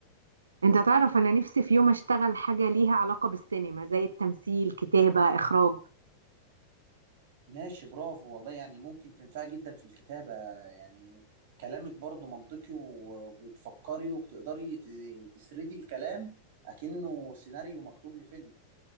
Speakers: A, on the right; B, on the right.
A: انت تعرف انا نفسي في يوم اشتغل حاجة ليها علاقة بالسينما زي التمثيل كتابة اخراج
B: ماشي برافو والله يعني ممكن تنفع جدا في الكتابة يعني كلامك برضو منطقي و- وبتفكري وبتقدري ت- تسردي الكلام أكنه سيناريو مكتوب لفيلم